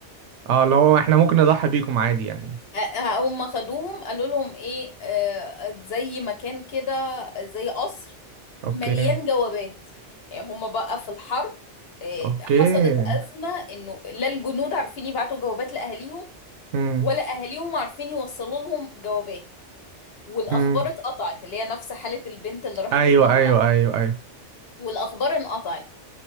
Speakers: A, on the right; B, on the left.
A: اه لو احنا ممكن نضحي بيكم عادي يعني
B: ه- هم خدوهم قالوا لهم ايه آه، زي مكان كده زي قصر
A: اوكي
B: مليان جوابات يعني هم بقى في الحرب آه،
A: اوكي
B: حصلت أزمة انه لا الجنود عارفين يبعتوا جوابات لأهاليهم
A: امم
B: ولا أهاليهم عارفين يوصلوا لهم جوابات والأخبار
A: امم
B: اتقطعت اللي هي نفس حالة البنت اللي راحت
A: ايوه
B: اتطوعت
A: ايوه ايوه ايوه
B: والأخبار انقطعت